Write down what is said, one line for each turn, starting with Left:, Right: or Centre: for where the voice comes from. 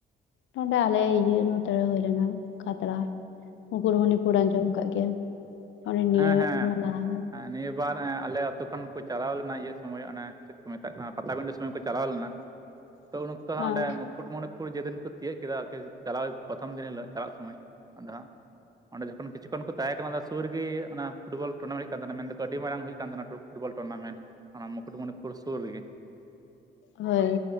Left: ᱱᱚᱸᱰᱮ ᱟᱞᱮ ᱤᱭᱟᱹ ᱱᱚᱛᱮᱨᱮ ᱦᱩᱭᱞᱮᱱᱟ ᱠᱷᱟᱛᱲᱟ ᱢᱩᱠᱩᱴᱢᱩᱱᱤᱯᱩᱨ ᱟᱸᱡᱚᱢ ᱠᱟᱜ ᱜᱮᱭᱟᱢ ᱚᱱᱮ ᱱᱤᱭᱟᱹ
Right: ᱦᱮᱸ ᱦᱮᱸ
Left: ᱱᱚᱣᱟ ᱞᱟᱦᱟ
Right: ᱱᱤᱭᱟᱹ ᱮᱵᱟᱨ ᱟᱞᱮ ᱟᱹᱛᱩ ᱠᱷᱚᱱ ᱠᱚ ᱪᱟᱞᱟᱣ ᱞᱮᱱᱟ ᱤᱭᱟᱹ ᱥᱚᱢᱚᱭ ᱚᱱᱮ ᱪᱮᱫ ᱠᱚ ᱢᱮᱛᱟᱜ ᱠᱟᱱᱟ ᱯᱟᱴᱟᱵᱤᱸᱰᱟᱹ ᱥᱚᱢᱚᱭ ᱠᱚ ᱪᱟᱞᱟᱣ ᱞᱮᱱᱟ
Left: <inaudible>
Right: ᱛᱚ ᱩᱱ ᱚᱠᱛᱚ
Left: ᱦᱮᱸ
Right: ᱚᱸᱰᱮ ᱢᱩᱠᱩᱴᱢᱩᱱᱤ ᱯᱩᱨ ᱡᱮᱫᱤᱱ ᱠᱚ ᱛᱤᱭᱳᱟᱹᱜ ᱠᱮᱫᱟ ᱪᱟᱞᱟᱣ ᱯᱨᱚᱛᱷᱚᱢ ᱫᱤᱱ ᱦᱤᱞᱳᱜ ᱪᱟᱞᱟᱜ ᱥᱚᱢᱚᱭ ᱟᱫᱚ ᱦᱟᱸᱜ ᱚᱸᱰᱮ ᱡᱚᱠᱷᱚᱱ ᱠᱤᱪᱩᱚᱱ ᱠᱚ ᱛᱟᱦᱮᱸ ᱠᱟᱱᱟ ᱥᱩᱨ ᱨᱮ ᱚᱱᱟ ᱯᱷᱩᱴᱵᱚᱞ ᱴᱩᱨᱢᱮᱱᱴ ᱦᱩᱭᱩᱜ ᱠᱟᱱ ᱛᱟᱦᱮᱱᱟ ᱢᱮᱱ ᱫᱚᱠᱚ ᱟᱹᱰᱤ ᱢᱟᱨᱟᱝ ᱦᱩᱭᱩᱜ ᱠᱟᱱ ᱛᱟᱦᱮᱱᱟ ᱯᱷᱩᱴᱵᱚᱞ ᱴᱩᱨᱱᱟᱢᱮᱱᱴ ᱚᱱᱟ ᱢᱩᱠᱩᱴᱢᱩᱱᱤᱯᱩᱨ <inaudible>
Left: ᱦᱳᱭ